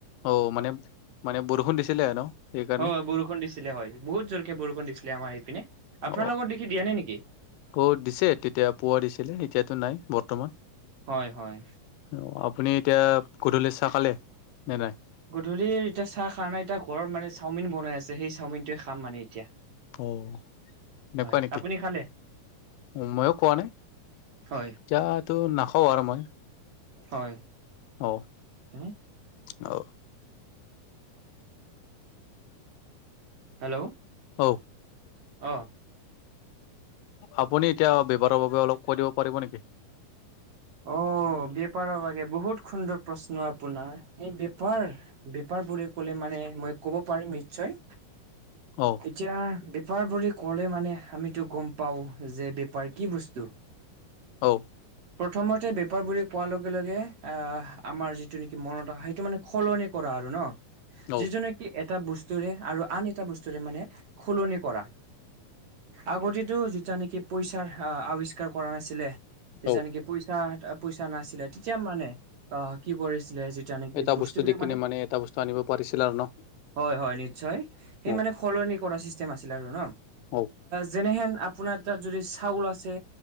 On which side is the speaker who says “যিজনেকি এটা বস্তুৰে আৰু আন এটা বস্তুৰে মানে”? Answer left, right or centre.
Right